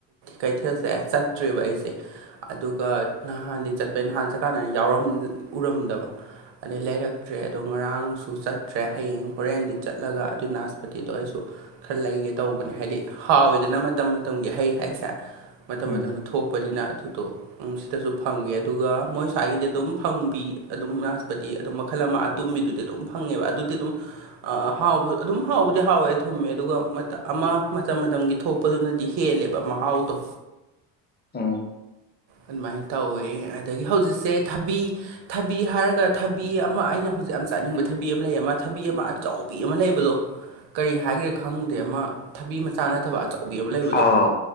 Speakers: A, on the right; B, on the left.
A: ꯀꯩꯊꯦꯜꯁꯦ ꯆꯠꯇ꯭ꯔꯦꯕ ꯑꯩꯁꯦ ꯑꯗꯨꯒ ꯅꯍꯥꯟꯗꯤ ꯆꯠꯄꯩ ꯅꯍꯥꯟ ꯆꯠꯀꯥꯟꯗꯅ ꯌꯥꯎꯔꯝ ꯎꯔꯝꯗꯕ ꯑꯗꯩ ꯂꯩꯔꯛꯇ꯭ꯔꯦ ꯑꯗꯣ ꯉꯔꯥꯡꯁꯨ ꯆꯠꯇ꯭ꯔꯦ ꯍꯌꯦꯡ ꯍꯣꯔꯦꯟꯗꯤ ꯆꯠꯂꯒ ꯑꯗꯨꯏꯅ ꯄꯣꯇꯤꯗꯣ ꯑꯩꯁꯨ ꯈꯔ ꯂꯩꯒꯦ ꯇꯧꯕꯅꯦ ꯍꯥꯏꯗꯤ ꯍꯥꯎꯋꯤꯗꯅ ꯃꯇꯝ ꯃꯇꯝꯒꯤ ꯍꯩ ꯍꯥꯏꯁꯦ ꯃꯇꯝ
B: ꯎꯝ
A: ꯃꯇꯝꯗ ꯊꯣꯛꯄꯅꯤꯅ ꯑꯗꯨꯗꯣ ꯁꯤꯗꯁꯨ ꯐꯪꯉꯦ ꯑꯗꯨꯒ ꯃꯣꯏ ꯁ꯭ꯋꯥꯏꯒꯤꯗꯤ ꯑꯗꯨꯝ ꯐꯪꯕꯤ ꯑꯗꯨꯝ ꯗꯤ ꯑꯗꯨꯝ ꯃꯈꯜ ꯑꯃ ꯑꯇꯨꯝꯕꯤꯗꯨꯗꯤ ꯑꯗꯨꯝ ꯐꯪꯉꯦꯕ ꯑꯗꯨꯗꯤ ꯑꯗꯨꯝ ꯍꯥꯎꯕ ꯑꯗꯨꯝ ꯍꯥꯎꯕꯗꯤ ꯍꯥꯎꯋꯦ ꯊꯨꯝꯃꯦ ꯑꯗꯨꯒ ꯑꯃ ꯃꯇꯝ ꯃꯇꯝꯒꯤ ꯊꯣꯛꯄ ꯄꯗꯨꯅꯗꯤ ꯍꯦꯜꯂꯦꯕ ꯃꯍꯥꯎꯗꯣ
B: ꯎꯝ
A: ꯑꯗꯨꯃꯥꯏꯅ ꯇꯧꯋꯦ ꯑꯗꯒꯤ ꯍꯧꯖꯤꯛꯁꯦ ꯊꯕꯤ ꯊꯕꯤ ꯍꯥꯏꯔꯒ ꯊꯕꯤ ꯑꯃ ꯑꯩꯅ ꯍꯧꯖꯤꯛ ꯌꯥꯝ ꯆꯠꯅꯤꯡ ꯊꯕꯤ ꯑꯃ ꯂꯩ ꯑꯃ ꯊꯕꯤ ꯑꯃ ꯑꯆꯧꯕꯤ ꯑꯃ ꯂꯩꯕꯗꯣ ꯀꯔꯤ ꯍꯥꯏꯈ꯭ꯔꯦ ꯈꯪꯗꯦ ꯑꯃ ꯊꯕꯤ ꯃꯆꯥ ꯅꯠꯇꯕ ꯑꯆꯧꯕꯤ ꯑꯃ ꯂꯩꯕꯗꯣ
B: ꯑꯥꯎ